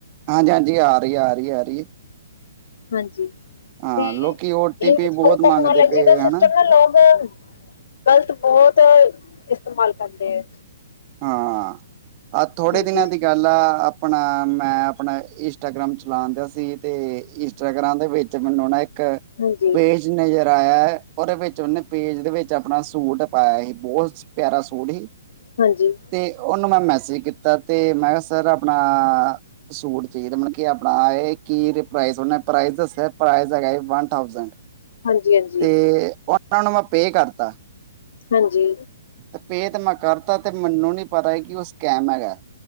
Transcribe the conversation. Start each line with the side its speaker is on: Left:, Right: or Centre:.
Right: ਹਾਂਜੀ-ਹਾਂਜੀ ਆ ਰੀ, ਆ ਰੀ, ਆ ਰੀ।
Left: ਹਾਂਜੀ।
Right: ਹਾਂ
Left: ਤੇ,
Right: ਲੋਕੀ ਓ
Left: ਇਹ
Right: ਟੀ ਪੀ
Left: ਅੱਜ-ਕੱਲ
Right: ਬਹੁਤ
Left: ਟੈਕਨੋਲੋਜੀ
Right: ਮੰਗਦੇ ਪਏ
Left: ਦਾ
Right: ਹਨਾ
Left: ਸਿਸਟਮ ਨਾ ਲੋਕ ਗ਼ਲਤ ਬਹੁਤ ਇਸਤੇਮਾਲ ਕਰਦੇ ਐ
Right: ਹਾਂ, ਆ ਥੋੜੇ
Left: ਹਾਂਜੀ,
Right: ਦਿਨਾਂ ਦੀ ਗਲ ਪਹਿਲਾਂ ਆਪਣਾਂ ਮੈਂ ਆਪਣਾ ਇੰਸਟਾਗ੍ਰਾਮ ਚਲਾਨ ਦਿਆ ਸੀ ਤੇ ਇਸ ਇੰਸਟਾਗ੍ਰਾਮ ਦੇ ਵਿਚ ਮੈਨੂੰ ਨਾ ਇੱਕ
Left: ਹਾਂਜੀ,
Right: ਪੇਜ
Left: ਹਾਂਜੀ,
Right: ਨਜ਼ਰ ਆਇਆ ਏ, ਉਹਦੇ ਵਿੱਚ ਉਹਨੇ ਪੇਜ ਵਿੱਚ ਆਪਣਾਂ ਸੂਟ ਪਾਇਆ ਹੀ, ਬਹੁਤ ਪਿਆਰਾ ਸ਼ੂਟ ਹੀ
Left: ਹਾਂਜੀ।
Right: ਤੇ ਉਨੂੰ ਮੈਂ ਮੈਸੇਜ ਕੀਤਾ ਤੇ ਮੈਂ ਹਾ ਸਰ ਆਪਣਾ ਸ਼ੂਟ ਚਾਇਦਾ, ਮਤਲਬ ਕਿ ਆਪਣਾ ਇਹ ਕੀ ਪ੍ਰਾਈਜ਼ ਉਹਨਾ ਪ੍ਰਾਈਜ਼ ਦਸਿਆ, ਪ੍ਰਾਈਜ਼ ਹੈਗਾ ਹੀ ਵਨ ਥਾਊਜੈਂਡ।
Left: ਹਾਂਜੀ-ਹਾਂਜੀ।
Right: ਤੇ ਉਨਾਂ ਨੂੰ ਮੈਂ ਪੇਅ ਕਰਤਾ।
Left: ਹਾਂਜੀ।
Right: ਤੇ ਪੇਅ ਤੇ ਮੈਂ ਕਰਤਾ, ਤੇ ਮੈਨੂੰ ਨੀ ਪਤਾ ਹੀ ਕੀ ਓ ਸਕੈਮ ਹੈਗਾ ਐ।